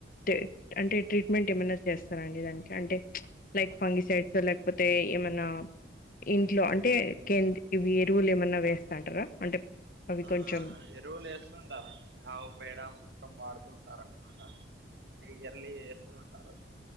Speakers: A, on the left; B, on the right.
A: టిప్. అంటే ట్రీట్మెంట్ ఏమైనా చేస్తారా అండి దానికి అంటే లైక్ ఫంగిసైడ్స్ లేకపోతే. తే ఏమన్నా ఇంట్లో అంటే కేంద్రి ఇవి ఎరువులు ఏమన్నా వేస్తాంటారా అంటే. అవి
B: ఆహ్
A: కొంచెం
B: ఎరువులేస్తుంటారండి ఆవు పేడ మొత్తం వాడుతు ఉంటారు అనమాట ఇయర్లి ఎస్తూ ఉంటారు.